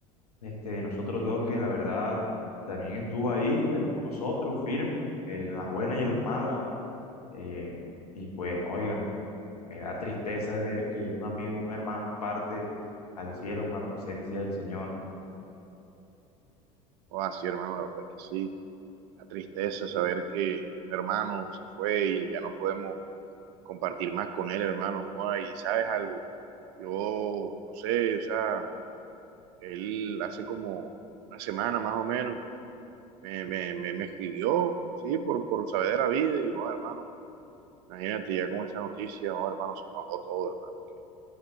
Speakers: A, on the left; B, on the right.
A: este, nosotros dos que la verdad también estuvo ahí, ahí con nosotros, firme, eh, en las buenas y en las malas. eh, y pues, óigame, me da tristeza ver que un amigo, un hermano parte al cielo en la presencia del Señor.
B: Oh, ah, sí, hermano, la verdad es que sí. La tristeza saber que un hermano se fue y ya no podemos compartir más con él, hermano. Oh, y sabes algo, yo no sé, o sea, él hace como una semana más o menos me, me, me, me escribió, sí, por, por saber de la vida, y dijo, "Ah, hermano, imagínate ya con esa noticia, oh, hermano, se me bajó todo, hermano, qué,